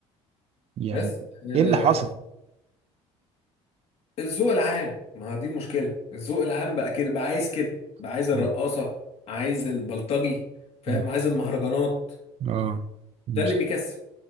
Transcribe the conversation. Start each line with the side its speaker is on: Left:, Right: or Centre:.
Right: يعني
Left: بس آه،
Right: ايه اللي حصل
Left: الذوق العام ما هو دي المشكله الذوق العام بقى كده بقى عايز كده بقى عايز
Right: <laughs>
Left: الرقاصه
Right: م-
Left: عايز البلطجي فاهم
Right: م-
Left: عايز المهرجانات
Right: اه مش
Left: ده اللي بيكسب